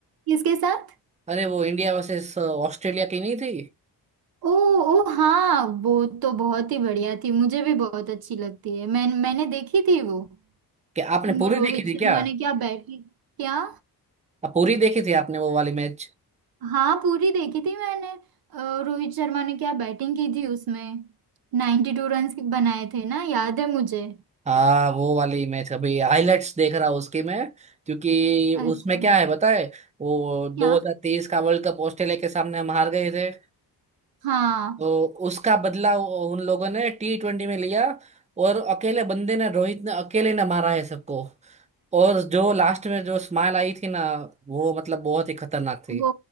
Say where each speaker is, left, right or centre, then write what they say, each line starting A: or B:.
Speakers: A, on the right; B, on the right.
A: किसके साथ
B: अरे वो इंडिया वर्सेस ऑस्ट्रेलिया की नहीं थी
A: ओ ओ हाँ वो तो बहुत ही बढ़िया थी मुझे भी बहुत अच्छी लगती है मैं मैंने देखी थी वो
B: कि आपने
A: वो
B: पूरी
A: रोहित
B: देखी थी
A: शर्मा
B: क्या
A: ने क्या बैटिंग क्या
B: आप पूरी देखी थी आपने वो वाली मैच
A: हाँ पूरी देखी थी मैंने अ, रोहित शर्मा ने क्या बैटिंग की थी उसमें नाइन्टी टू रन बनाए थे ना याद है मुझे
B: हाँ वो वाली मैच अभी हाइलाइट्स देख रहा हूँ उसकी मैं क्योंकि
A: अच्छा
B: उसमें क्या है पता है वो
A: क्या
B: 2023 का वर्ल्ड कप ऑस्ट्रेलिया के सामने हम हार गए थे
A: हाँ
B: तो उसका बदला उ- उन लोगों ने टी ट्वेंटी में लिया और अकेले बंदे ने रोहित ने अकेले ने मारा है सबको और जो लास्ट में जो स्माइल आई थी ना वो मतलब बहुत ही खतरनाक थी
A: वो